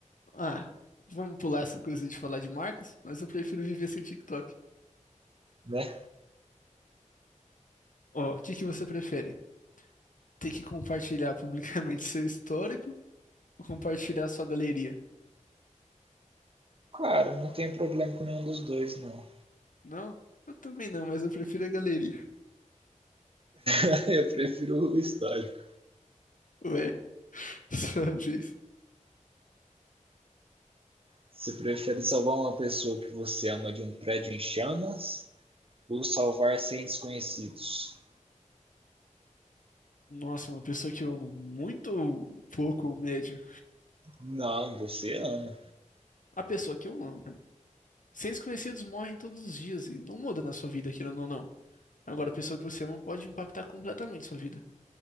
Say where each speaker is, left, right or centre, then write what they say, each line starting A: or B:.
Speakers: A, on the left; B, on the right.
A: Ah, vamos pular essa coisa de falar de marcas, mas eu prefiro viver sem TikTok.
B: Né?
A: Ó, o que que você prefere? Ter que compartilhar publicamente seu histórico ou compartilhar sua galeria?
B: Cara, não tem problema com nenhum dos dois, não.
A: Não? Eu também não, mas eu prefiro a galeria.
B: <laughs> eu prefiro o histórico.
A: Ué, <laughs> sua vez.
B: Você prefere salvar uma pessoa que você ama de um prédio em chamas ou salvar 100 desconhecidos?
A: Nossa, uma pessoa que eu amo muito pouco ou médio.
B: Não, você ama.
A: A pessoa que eu amo, né? Seres conhecidos morrem todos os dias e não muda na sua vida, querendo ou não. Agora, a pessoa que você ama pode impactar completamente sua vida.